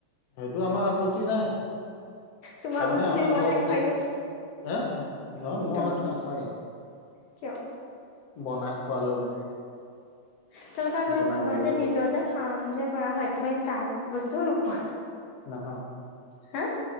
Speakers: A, on the left; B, on the left.
A: সেইটো আমাৰ আপত্তি নাই,
B: তোমাকো
A: তাৰমানে
B: যদি
A: আমাৰ
B: বনাই
A: ঘৰ গোটেই
B: খুৱাই দিওঁ
A: হা? নহয় মই
B: তোমা
A: সেইটো নাখাৱেই।
B: কিয়?
A: বনাই খোৱাল
B: <unintelligible>
A: বনাই
B: তোমাৰ
A: দিলেও
B: যে নিজৰ যে কাম যে কৰা হয় তুমি তাৰ বস্তুও নোখোৱা?
A: নাখাওঁ।
B: হা!